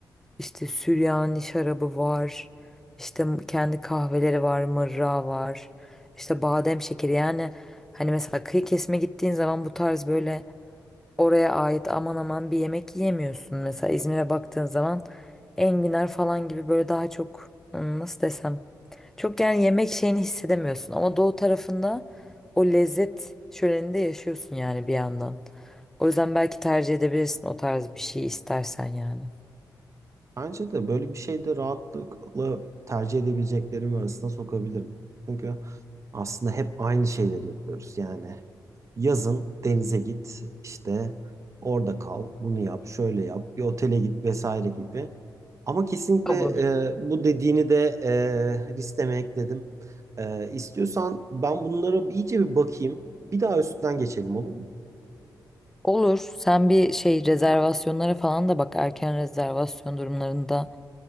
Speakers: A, in the centre; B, on the right.
A: İşte Süryani şarabı var. İşte kendi kahveleri var, mırra var. İşte badem şekeri yani hani mesela kıyı kesme gittiğin zaman bu tarz böyle oraya ait aman aman bir yemek yiyemiyorsun. Mesela İzmir'e baktığın zaman enginar falan gibi böyle daha çok hmm, nasıl desem çok yani yemek şeyini hissedemiyorsun ama doğu tarafında o lezzet şöleninde yaşıyorsun yani bir yandan. O yüzden belki tercih edebilirsin o tarz bir şey istersen yani.
B: Bence de böyle bir şey de rahatlıkla tercih edebileceklerim arasına sokabilirim. Çünkü aslında hep aynı şeyleri yapıyoruz. Yani yazın denize git, işte orada kal, bunu yap, şöyle yap, bir otele git vesaire gibi. Ama kesinlikle
A: Olur.
B: e, bu dediğini de e, listeme ekledim. E, istiyorsan ben bunlara bir- iyice bir bakayım. Bir daha üstünden geçelim olur mu?
A: Olur. Sen bir şey rezervasyonlara falan da bak. Erken rezervasyon durumlarında